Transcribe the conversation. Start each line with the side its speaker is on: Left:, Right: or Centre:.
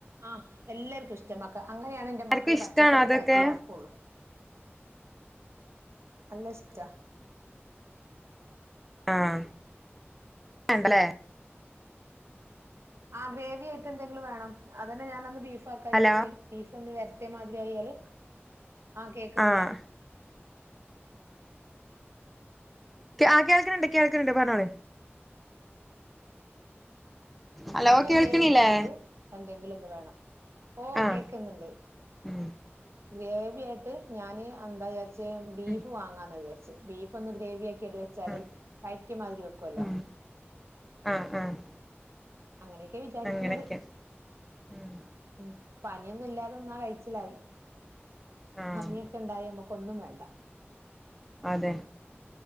Right: ആഹ് എല്ലാർക്കും ഇഷ്ട മാക്ക- അങ്ങനെയാണ് എൻ്റെ
Centre: എല്ലാർക്കും
Right: മക്കള്
Centre: ഇഷ്ടാണോ
Right: പച്ചക്കറി
Centre: അതൊക്കെ
Right: വയറ്റിലാകൊള്ളു നല്ലഷ്ട്ടാ
Centre: ആം എണ്ടലേ
Right: ആഹ് ഗ്രേവി ആയിട്ട് എന്തെങ്കിലും വേണം അതൊണ്ട് ഞാനന്ന് ബീഫക്കാവിചാരിച്
Centre: ഹലോ
Right: ബീഫ് ഒന്ന് വരട്ടിയ മാതി <unintelligible> ആ കേൾക്കുന്നില്ല
Centre: ആഹ് ആ കേൾക്ക്ണണ്ട് കേൾക്ക്ണണ്ട് പറഞ്ഞോളി ഹലോ
Right: അതിനെ
Centre: കേൾക്കണില്ലേ
Right: ഗ്രേവി ആയിട്ട് എൻ എന്തെങ്കിലും ഒന്ന് വേണം. ഓ
Centre: ആഹ്
Right: കേക്കുന്നുണ്ട്
Centre: ഉം
Right: ഗ്രേവിയായിട്ട് ഞാന് എന്താ വിചാരിച്ചെ ബീഫ്
Centre: ഉം
Right: വാങ്ങാന്ന് വിചാരിച്ചെ ബീഫ് ഒന്ന് ഗ്രേവി ആക്കി ട്ട് വെച്ചാല്
Centre: ആഹ്
Right: വറ്റിയമാതിരിവെക്കുവല്ലോ
Centre: ഉം ആഹ് ആഹ്
Right: അങ്ങനെയൊക്കെയാ വിചാരിക്കണത്
Centre: അങ്ങനെയൊക്കെ ഉം
Right: ഉം പനിയൊന്നും ഇല്ലാതെന്നാ കയ്ച്ചിലായി
Centre: ആഹ്
Right: പനിയൊക്കെ ഉണ്ടായി നമുക്ക് ഒന്നും വേണ്ട
Centre: അതെ